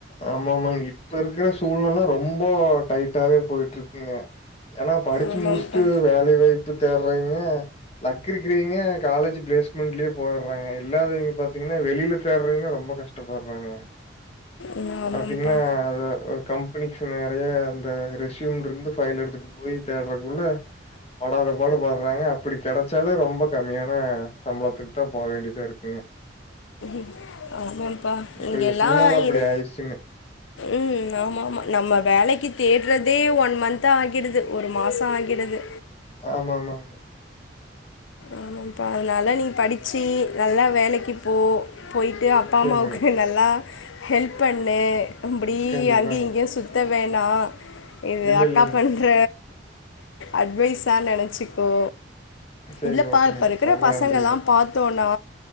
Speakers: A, on the left; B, on the left.
A: ஆமா ஆமா இப்ப இருக்குற சூழ்நிலை ரொம்ப டைட்டாவே போயிட்டு இருக்குங்க ஏன்னா படிச்சு
B: ஆமாம்ப்பா
A: முடிச்சுட்டு வேலை வாய்ப்பு தேடுறீங்க லக்கு இருக்கிறவிங்க காலேஜ் பிளேஸ்மெண்ட்லயே போடுறாங்க இல்லாதவங்க பாத்தீங்கன்னா வெளியில தேடுறவிங்க ரொம்ப கஷ்ட ட்டபடுறாங்க
B: ம் ஆமாம்ப்பா
A: பாத்தீங்கன்னா அது‌ ஆ கம் பனிக்ஸ் நெறைய அந்த ரெசியூம் இருந்து ஃபைல் எடுத்துட்டு போய் தேட்றக்குள்ள படாத பாடு பட்றாங்க அப்டி கெடைச்சாலு ரொம்ப கம்மியான சம்பளத்துக்குத்தா போ வேண்டியதாருக்
B: ம் ஆமாப்பா
A: இன்றைய
B: இங்கல்லா
A: சூழ்நிலை அப்படி
B: இரு
A: ஆயிருச்சுங்க.
B: ம் ஆமா ஆமா நம்ம வேலைக்கு தேட்றதே ஒன் மந்த் ஆகிடுது ஒரு மாசோ ஆகிடுது
A: ஆமா ஆமாங்க
B: ஆமாம்ப்பா அதனால நீ படிச்சி நல்லா வேலைக்கி போ போய் ட்டு அப்பா
A: சரிங்க.
B: அம்மாவுக்கு நல்லா ஹெல்ப் பண்ணு அப்டி
A: கண்டிப்பாங்க.
B: அங்க இங்கியு சுத் த வேணா இது
A: இல்ல,
B: அக்கா
A: இல்லைங்க.
B: பண்ற அட்வைஸா நெனச்சிக்கோ
A: சரி
B: இல்லப்பா
A: ஓகேங்க.
B: இப்ப இருக்கற
A: ரொம்ப
B: பசங்கல்லா
A: நன்றிங்க.
B: பாத்தோன்னா